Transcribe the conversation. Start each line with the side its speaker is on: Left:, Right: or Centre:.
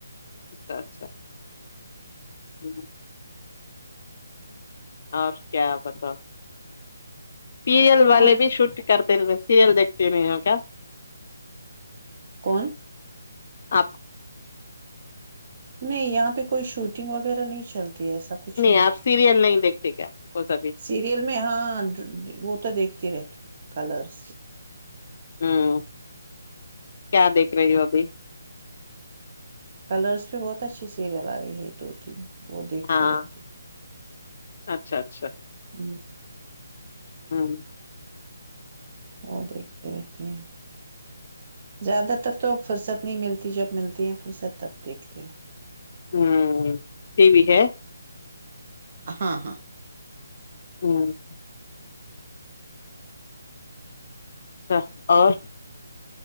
Left: اچھا اچھاچ ہ اور کیا بتاؤ سیریل والے
Right: اور
Left: بھی شوٹ کرتے رہ و سیریل دیکھتے ہو یہ کیا
Right: کون
Left: آپ
Right: نہیں یہاں پہ کوئی شوٹنگ وغیرہ نہیں چلتی ایسا کچھ نہیں
Left: آپ سیریل نہیں دیکھتے کیا بس ابھی
Right: سیریل میں ہاں وہ تو دیکھے تی رہتی کلرس سے
Left: ہوں کیا دیکھ رہی ہو ابھی
Right: کلرس پہ بہت اچھے سیریل آئے ہیں دو تین وہ دیکھتے
Left: ہاں
Right: رہتے
Left: اچھا اچھا
Right: ہوں
Left: ہاں
Right: وہ دیکھتے رہتے ہیں زیادہ تر تو اب فرصت نہیں ملتی جوب ملتی ہے یہ سب تب دیکھتے ہیں
Left: ہوں یہ بھی ہے
Right: ہاں ہاں
Left: ہوں <inaudible> اچھا اور